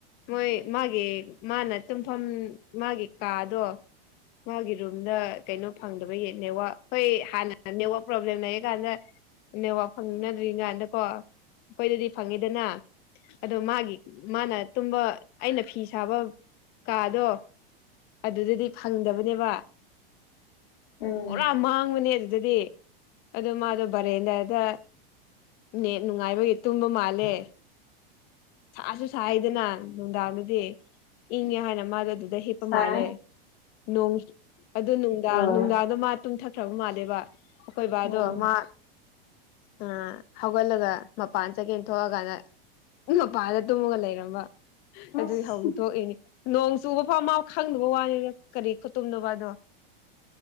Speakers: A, on the left (about 35°); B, on the left (about 75°).
A: ꯃꯣꯏ ꯃꯥꯒꯤ ꯃꯥꯅ ꯇꯨꯝꯐꯝ ꯃꯥꯒꯤ ꯀꯥꯗꯣ ꯃꯥꯒꯤ ꯔꯨꯝꯗ ꯀꯩꯅꯣ ꯐꯪꯗꯕꯒꯤ ꯅꯦꯠꯋꯥꯛ ꯑꯩꯈꯣꯏ ꯍꯥꯟꯅ ꯅꯦꯠꯋꯥꯛ ꯄ꯭ꯔꯣꯕ꯭ꯂꯦꯝ ꯂꯩꯔꯤꯀꯥꯟꯗ ꯅꯦꯠꯋꯥꯛ ꯐꯪꯅꯗ꯭ꯔꯤ ꯀꯥꯟꯗꯀꯣ ꯑꯩꯈꯣꯏꯗꯗꯤ ꯐꯪꯉꯤꯗꯅ ꯑꯗꯣ ꯃꯥꯒꯤ ꯃꯥꯅ ꯇꯨꯝꯕ ꯑꯩꯅ ꯐꯤ ꯁꯥꯕ ꯀꯥꯗꯣ ꯑꯗꯨꯗꯗꯤ ꯐꯪꯗꯕꯅꯦꯕ
B: ꯎꯝ
A: ꯄꯨꯔꯥ ꯃꯥꯡꯕꯅꯦ ꯑꯗꯨꯗꯤ ꯑꯗꯨ ꯃꯥꯗꯣ ꯕꯔꯦꯟꯗꯥꯗ ꯅꯦꯠ ꯅꯨꯡꯉꯥꯏꯕꯒꯤ ꯇꯨꯝꯕ ꯃꯥꯜꯂꯦ ꯁꯥꯁꯨ ꯁꯥꯏꯌꯦꯗꯅ ꯅꯨꯡꯗꯥꯡꯗꯨꯗꯤ ꯏꯪꯉꯦ ꯍꯥꯏꯅ ꯃꯥꯗꯣ ꯑꯗꯨꯗꯩ ꯍꯤꯞꯄ
B: ꯁꯥꯏ
A: ꯃꯥꯜꯂꯦ ꯅꯣꯡ ꯑꯗꯨ ꯅꯨꯡꯗꯥꯡ
B: ꯑꯣ
A: ꯅꯨꯡꯗꯥꯡꯗꯣ ꯃꯥ ꯇꯨꯝꯊꯈ꯭ꯔꯕ ꯃꯥꯜꯂꯦꯕ ꯑꯈꯣꯏ ꯕꯥꯗꯣ
B: ꯎꯝ
A: ꯃꯥ ꯑ ꯍꯧꯒꯠꯂꯒ ꯃꯄꯥꯟ ꯆꯠꯀꯦꯅ ꯊꯣꯛꯑꯀꯥꯟꯗ ꯃꯄꯥꯟꯗ ꯇꯨꯝꯃꯒ ꯂꯩꯔꯝꯕ
B: ꯑꯁ
A: ꯑꯗꯨꯏ ꯍꯧ ꯊꯣꯛꯏꯅꯤ ꯅꯣꯡ ꯆꯨꯕ ꯐꯥꯎ ꯃꯥ ꯈꯪꯗꯕ ꯋꯥꯅꯤꯗ ꯀꯔꯤ ꯈꯨꯠꯇꯨꯝꯅꯣꯕ ꯑꯗꯣ